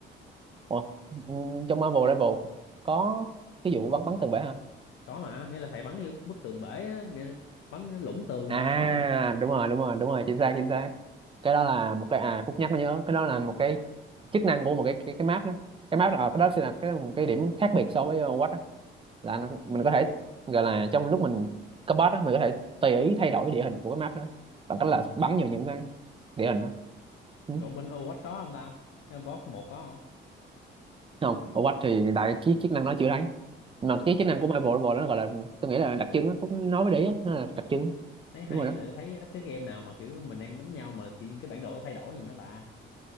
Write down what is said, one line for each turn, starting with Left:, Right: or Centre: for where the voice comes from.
Right: ủa, ừ, trong Marvel Marvel có cái vụ bắn bắn tường bể hả
Left: có mà nghĩa là thầy bắn cái bức tường bể á nghĩa là bắn cái lũng tường
Right: à
Left: mà có mà
Right: đúng rồi đúng rồi đúng rồi chính xác chính xác cái đó là một cái à Phúc nhắc mới nhớ cái đó là một cái chức năng của một cái cái, cái map đó cái map đó ờ, cái đó sẽ là cái một cái điểm khác biệt so với uh, Watch đó. là nó, mình có thể gọi là trong lúc mình cấp boss đó mình có thể tùy ý thay đổi địa hình của cái map đó bằng cách là
Left: Ờ.
Right: bắn vào những cái địa hình đó ừ.
Left: chỗ bên Overwatch có không ta cái boss một có không
Right: không ở Watch thì đại chiếc chức năng nó chưa thấy mà
Left: Ờ.
Right: cái chức năng của Marvel Marvel đó gọi là tôi nghĩ là đặc trưng đó, Phúc nói với đấy nó là đặc trưng
Left: thấy hay
Right: đúng rồi đó.
Left: tại tôi thấy ít cái game nào mà kiểu mình đang đánh nhau mà tự nhiên cái bản đồ nó thay đổi nhìn nó lạ